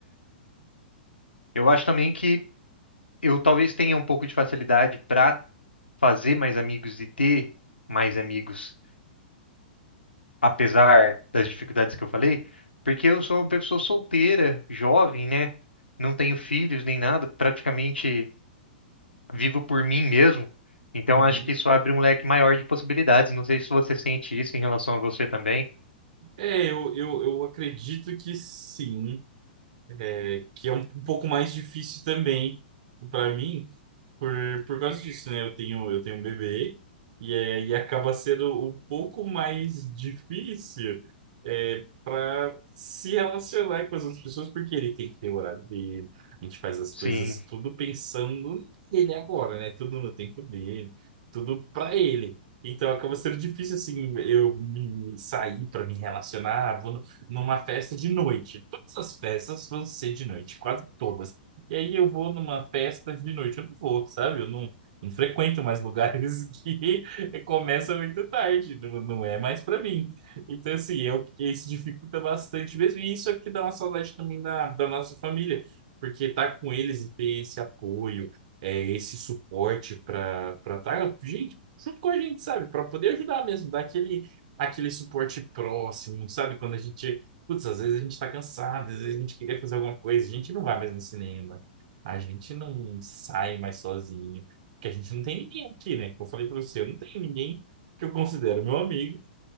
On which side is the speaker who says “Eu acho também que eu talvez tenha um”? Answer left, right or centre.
Left